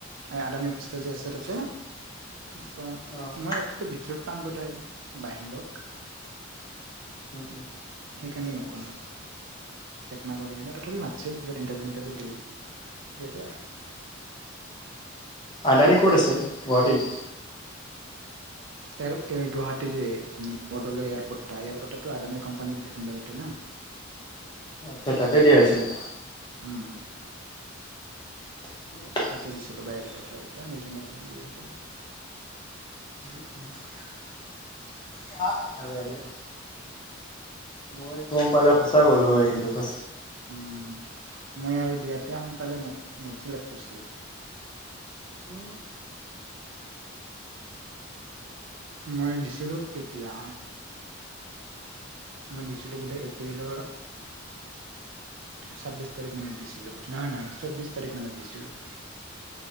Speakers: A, on the right; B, on the left.
A: এ আদানী অফিচটো যে আছে তাতে ত
B: অঁ
A: মই এই ভিতৰত পাম বোধ হয় বাহিৰত
B: উ উ
A: সেইকাৰণে নক'লোঁ। একমাহ কৰি সেনেই তথাপি মাতছিল পিছত ইণ্টাৰভিউ তিণ্টাৰভিউ দিলিলোঁ আৰু।
B: আদানী ক'ত আছে গুৱাহাটীত?
A: এয়াৰ এ গুৱাহাটী যে বৰদলৈ এয়াৰপৰ্টটা এয়াৰপৰ্টটো আদানী কোম্পানীৰ আণ্ডাৰতে না।
B: আচ্ছা তাতে দি আহিছিলা
A: উম।
B: <unintelligible>
A: দি দিছিলোঁ বায়ডাটা চায়ডাটা ৰিজুম <unintelligible> দি আহিচো।
B: <unintelligible> হ'ব দিয়া। মই গম পালে সঁচা গ'লোঁ হয় কিন্তু সঁ
A: উম, মই আৰু দিয়াতে সোনকালে মোক চিলেক্ট কৰিছিল।
B: উম।
A: মই দিছিলোঁ কেতিয়া? মই দিছিলোঁ বোধেই এপ্ৰিলৰ ছাব্বিছ তাৰিখ মানত দিছিলোঁ, নহয় চৌব্বিছ তাৰিখ মানত দিছিলোঁ।